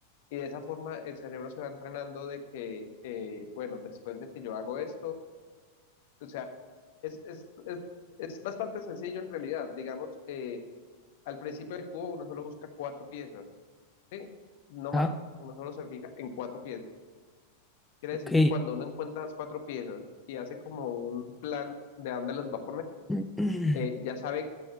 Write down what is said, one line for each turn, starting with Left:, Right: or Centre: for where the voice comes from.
Left: Y de esa forma el cerebro se va entrenando de que, eh, bueno, después de que yo hago esto, o sea, es, es, es, es bastante sencillo en realidad. Digamos que al principio del cubo uno solo busca cuatro piezas, ¿sí? No
Centre: Ah,
Left: más, uno solo se fija en cuatro piezas. Quiere
Centre: ok.
Left: decir que cuando uno encuentra las cuatro piezas y hace como un plan de a dónde las va a poner,
Centre: <clears throat>
Left: eh, ya sabe,